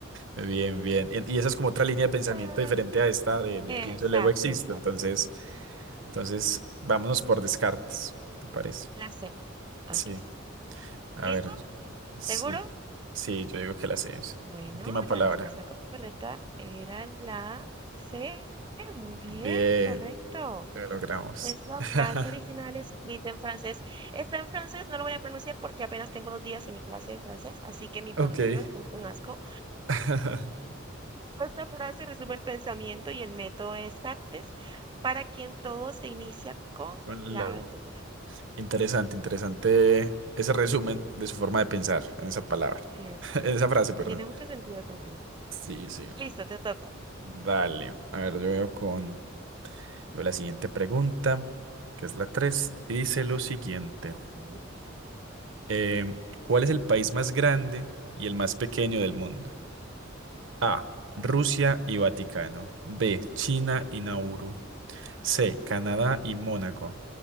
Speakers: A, on the right; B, on the right.
A: Bien, bien. Y y esa es como otra línea de pensamiento
B: Ah,
A: diferente a esta de, de
B: Exacto,
A: pienso, luego existo.
B: exacto.
A: Entonces, entonces, vámonos por Descartes, ¿te parece?
B: La sé. Ok.
A: Sí. A
B: ¿Listo?
A: ver, sí,
B: ¿Seguro?
A: sí, yo digo que la sé. sí.
B: Bueno,
A: Última palabra.
B: la respuesta correcta era la C. Muy bien,
A: Bien,
B: correcto.
A: lo logramos.
B: Es la
A: <laughs>
B: frase original escrita en francés. Está en francés, no lo voy a pronunciar porque apenas tengo dos días en mi clase de francés, así que mi pronunciación
A: Ok.
B: es un asco.
A: <laughs>
B: Esta frase resume el pensamiento y el método de Descartes, para quien todo se inicia con
A: Con
B: la
A: la-
B: duda.
A: Interesante, interesante ese resumen de su forma de pensar en esa palabra,
B: Cierto.
A: <laughs> en esa frase, perdón.
B: Tiene mucho sentido también.
A: Sí, sí.
B: Listo, te toca.
A: Dale. A ver, yo veo con... Veo la siguiente pregunta, que es la 3 y dice lo siguiente.
B: Ok.
A: Em, ¿cuál es el país más grande y el más pequeño del mundo? A. Rusia y Vaticano. B. China y Nauru. C. Canadá y Mónaco.